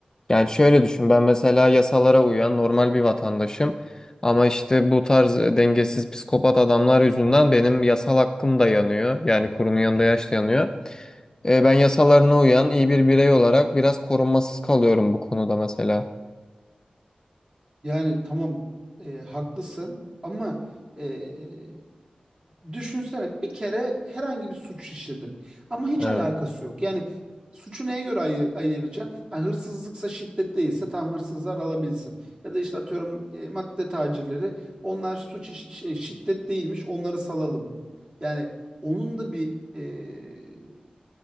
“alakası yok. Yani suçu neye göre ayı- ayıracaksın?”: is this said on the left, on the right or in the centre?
Right